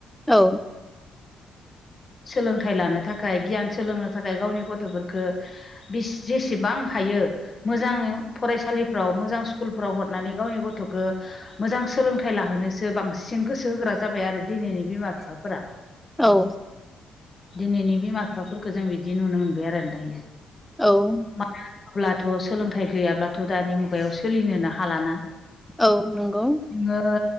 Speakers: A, in the centre; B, on the left.
A: औ
B: सोलोंथाइ लानो थाखाय गियान सोलोंनो थाखाय गावनि गथ'फोरखो बेस जेसेबां हायो मोजांयै फरायसालिफ्राव मोजां स्कुलफ्राव हरनानै गावनि गथ'खो मोजां सोलोंथाइ लाहोनोसो बांसिन गोसो होग्रा जाबाय आरो दिनैनि बिमा बिफाफोरा।
A: औ
B: दिनैनि बिमा बिफाफोरखो जों बिदि नुनो मोनबाय आरो दायो।
A: औ
B: मानो होनोब्लाथ' सोलोंथाइ गैयाब्लाथ' दानि मुगायाव सोलिनोनो हालाना।
A: औ नंगौ
B: नोङो